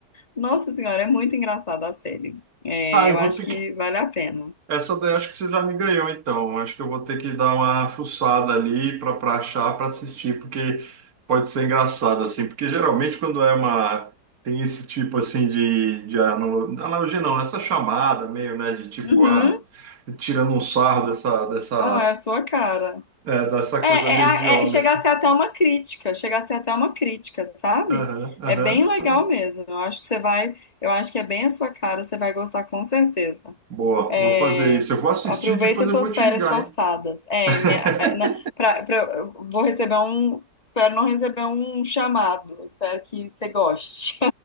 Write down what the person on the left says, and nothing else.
Nossa Senhora, é muito engraçada a série. É,
eu
acho
que
vale a pena.
Uhum.
Ah, é a sua cara.
É,
é,
a-
é, chega
a ser até uma crítica, chega a ser até uma crítica, sabe?
É bem
legal mesmo. Eu acho que você vai, eu acho que é bem a sua cara, você vai gostar com certeza.
É,
aproveita
suas
férias
forçadas.
É,
minha, na, pra, pra- eu vou receber um. Espero não receber um chamado. Espero que você goste.